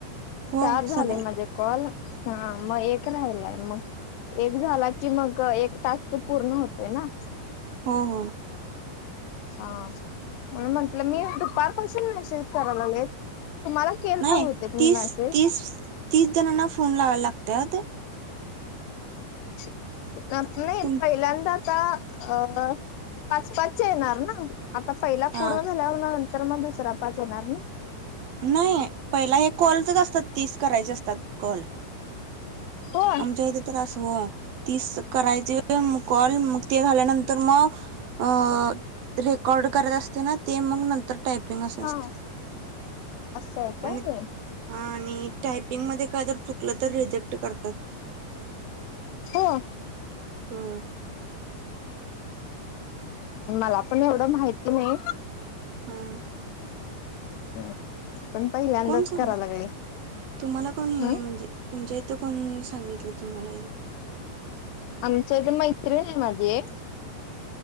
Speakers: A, on the right; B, on the left.
A: हो
B: चार झाले
A: सगळं
B: माझे कॉल हा मग एक. राहिलाय मग एक झाला की मग एक तास ते पूर्ण होतोय ना.
A: हा हा.
B: हा म्हणून म्हटलं मी दुपारपासून मेसेज करायला लागले तुम्हाला. केलता
A: नाही
B: बहुतेक मी
A: तीस
B: मेसेज
A: तीस तीस जणांना फोन लावायला लागतात.
B: <unintelligible> नाही
A: तुम
B: पहिल्यांदा आता. अ पाच पाचच्या येणार ना आता पहिला
A: हा
B: पूर्ण झाल्यावरन. तर मग दुसरा पाच येणार ना.
A: नाही पहिला हे कॉलचच असतात तीस करायचे असतात कॉल.
B: होय.
A: आमच्या इथे तर अस हो तीस करायची कॉल मग ते झाल्यानंतर मग. अ रेकॉर्ड करत असते ना ते मग नंतर. टायपिंगच
B: हा
A: असते.
B: असं आहे काय
A: आणि
B: ते
A: हा आणि, टायपिंग मध्ये काय जर चुकल तर रिजेक्ट करतात.
B: हो
A: ह
B: मला पण एवढ माहिती नाही.
A: हम्म
B: हम्म, पण पहिल्यांदाच
A: कोण सांग
B: करा लागले.
A: तुम्हाला कोण हे
B: हम्म
A: म्हणजे तुमच्या इथ कोण सांगितल तुम्हाला हे.
B: आमच्या इथे मैत्रीण आहे माझी एक.